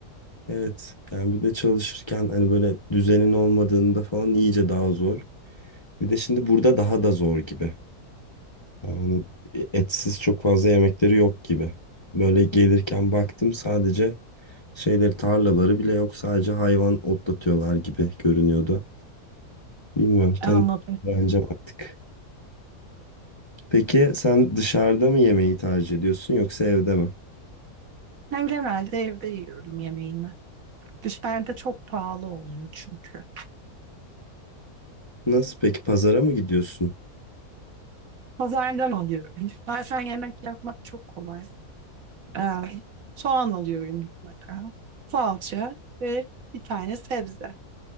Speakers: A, on the left (about 25°); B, on the right (about 65°).
A: Evet yani bir de çalışırken hani böyle düzenin olmadığında falan iyice daha zor. Bir de şimdi burada daha da zor gibi. Yani etsiz çok fazla yemekleri yok gibi. Böyle gelirken baktım sadece şeyleri tarlaları bile yok. Sadece hayvan otlatıyorlar gibi görünüyordu. Bilmiyorum tanı
B: Anladım.
A: bence artık. Peki sen dışarıda mı yemeği tercih ediyorsun yoksa evde mi?
B: Ben genelde evde yiyorum yemeğimi. Dışarıda çok pahalı oluyor çünkü.
A: Nasıl peki pazara mı gidiyorsun?
B: Pazardan alıyorum. Bazen yemek yapmak çok kolay. Ee, soğan alıyorum mutlaka. Salça ve bir tane sebze.